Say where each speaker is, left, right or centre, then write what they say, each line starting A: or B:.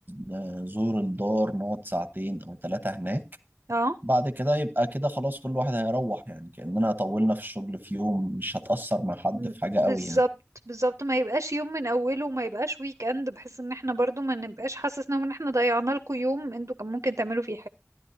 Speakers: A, on the right; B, on the right.
A: نزور الدار نقعد ساعتين أو ثلاثة هناك
B: اه
A: بعد كده يبقى كده خلاص كل واحد هيروح يعني كأننا طولنا في الشغل في يوم مش هتأثر مع حد
B: م-
A: في حاجة
B: بالظبط
A: قوي يعني
B: بالظبط ما يبقاش يوم من اوله وما يبقاش ويك اند بحيث ان احنا برضو ما نبقاش حاسسنا ان احنا ضيعنا لكم يوم انتوا كان ممكن تعملوا فيه